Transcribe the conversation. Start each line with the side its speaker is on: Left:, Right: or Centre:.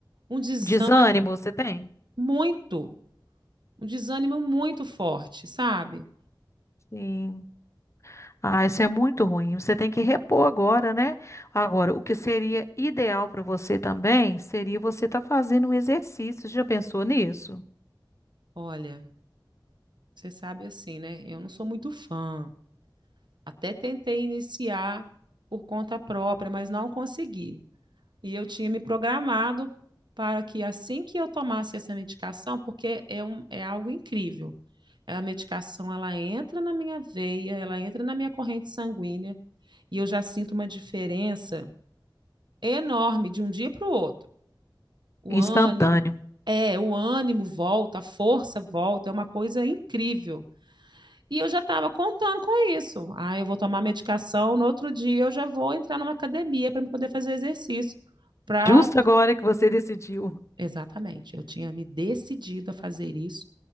Right: um desânimo
Left: Desânimo você tem?
Right: muito, um desânimo muito forte, sabe?
Left: Sim. Ah, isso é muito ruim. Você tem que repor agora, né? Agora, o que seria ideal para você também seria você estar fazendo um exercício. Já pensou nisso?
Right: Olha, você sabe assim, né? Eu não sou muito fã. Até tentei iniciar por conta própria, mas não consegui. E eu tinha me programado para que assim que eu tomasse essa medicação, porque é, um, é algo incrível a medicação ela entra na minha veia, ela entra na minha corrente sanguínea e eu já sinto uma diferença enorme de um dia para o outro. O
Left: Instantâneo.
Right: ânimo, é, o ânimo volta, a força volta, é uma coisa incrível. E eu já estava contando com isso. Ah, eu vou tomar medicação, no outro dia eu já vou entrar numa academia para me poder fazer exercício. Pra,
Left: Justo agora que você decidiu.
Right: Exatamente, eu tinha me decidido a fazer isso.